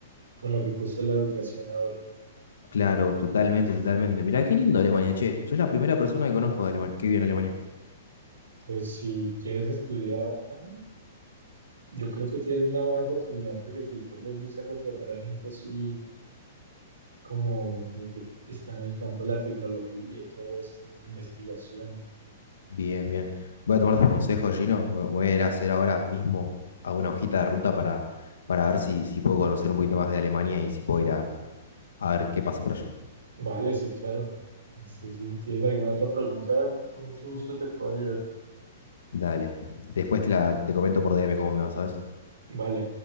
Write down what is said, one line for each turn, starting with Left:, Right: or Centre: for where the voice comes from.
Right: con lo que cuesta la educación ahora.
Left: Claro, totalmente, totalmente. Mira, qué lindo Alemania, che. Soy la primera persona que conozco de Alemania, que vive en Alemania.
Right: Pues si quieres estudiar acá, Yo creo que tienes una buena oportunidad porque aquí co- les gusta contratar a gente así como, como que está en el campo de la tecnología y todo esto, de investigación.
Left: Bien, bien. Voy a tomar tus consejos, Gino. Me me voy a ir a hacer ahora mismo alguna hojita de ruta para, para ver si, si puedo conocer un poquito más de Alemania y si puedo ir a, a ver qué pasa por allá.
Right: Vale, sí, claro. Este, si tienes alguna otra pregunta, aquí con mucho gusto te puedo ayudar.
Left: Dale. Después te, la, te comento por DM cómo me va, ¿sabes?
Right: Vale.